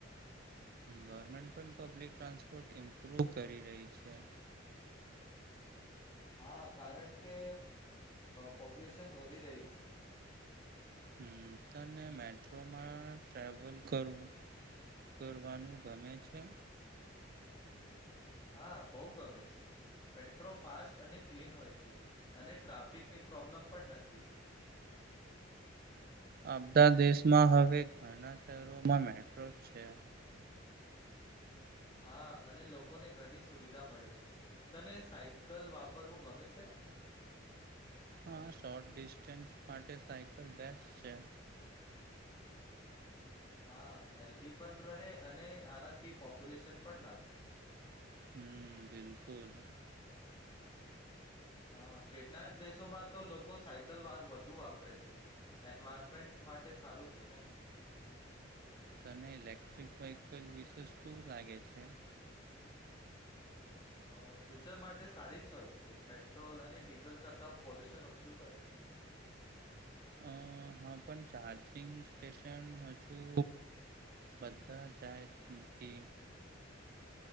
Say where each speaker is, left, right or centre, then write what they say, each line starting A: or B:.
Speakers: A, on the right; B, on the left.
A: ગવર્મેન્ટ પણ પબ્લિક ટ્રાન્સપોર્ટ ઇમ્પ્રુવ કરી રહી છે.
B: હા કારણ કે પોપ્યુલેશન વધી રહી છે.
A: હમ તને મેટ્રોમાં ટ્રાવલ કરવુ કરવાનું ગમે છે.
B: હા બહુ ગમે છે, મેટ્રો ફાસ્ટ અને ક્લીન હોય છે અને ટ્રાફિક ની પ્રોબ્લેમ પણ નથી
A: અમધા દેશમાં હવે ઘણા શહેરોમાં મેટ્રો છે.
B: હા અને લોકોને ઘણી સુવિધા મળે છે, તને સાયકલ વાપરવું ગમે છે.
A: હા શોર્ટ ડિસ્ટન્સ માટે સાયકલ બેસ છે.
B: હા હેલ્ધી પણ રહે અને આનાથી પોપ્યુલેશન પણ ના થાય.
A: હમ બિલકુલ
B: હા કેટલાક દેશોમાં તો લોકો સાયકલ વધુ વાપરે છે. એન્વાયરમેન્ટ માટે સારુ છેને.
A: તને ઇલેક્ટ્રિક વહકલ વિશેષ શું લાગે છે.
B: અ ફ્યુચર માટે સારી ચોઈસ છે પેટ્રોલ અને ડીઝલ કરતાં પોલ્યુશન ઓછું કરે
A: અ હા પણ ચાર્જિંગ સ્ટેશન હજુ બધા જાય કે